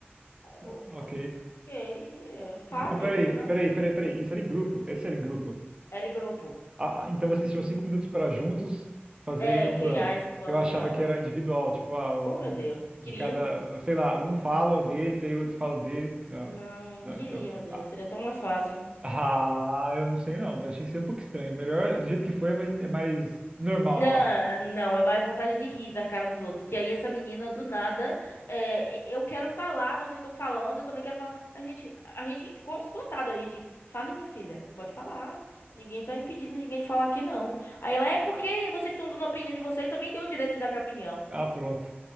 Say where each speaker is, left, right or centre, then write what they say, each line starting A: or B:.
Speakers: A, on the left (about 75°); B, on the right (about 25°).
A: Eu,
B: Ah, ok.
A: ok, é, fale,
B: Ah, Não, peraí,
A: pô, não.
B: peraí, peraí, peraí. Isso era em grupo. Esse era em grupo.
A: Era em grupo.
B: Ah, ah, então vocês tinham cinco minutos para juntos fazerem
A: É,
B: o
A: criar
B: plano.
A: esse plano
B: Eu achava
A: de aula.
B: que era individual, tipo, ah, um
A: Oh, meu Deus,
B: de
A: queria.
B: cada, sei lá, um fala o dele, daí o outro fala o dele. Não,
A: Não,
B: não,
A: queria,
B: então,
A: meu Deus,
B: tá.
A: seria tão mais fácil.
B: Ah, eu não sei não. Eu achei sempre um pouco estranho. Melhor, do jeito que foi, é mais, é mais normal,
A: Não,
B: eu acho.
A: não, é mais vontade de rir da cara dos outros. Que aí essa menina, do nada, é, e- eu quero falar, vocês estão falando, eu também quero falar. A gente, a gente ficou espantado, a gente. Fale, minha filha, pode falar. Ninguém tá impedindo ninguém de falar aqui, não. Aí ela, é porque vocês estão dando a opinião de vocês, também tenho o direito de dar minha opinião.
B: Ah, pronto.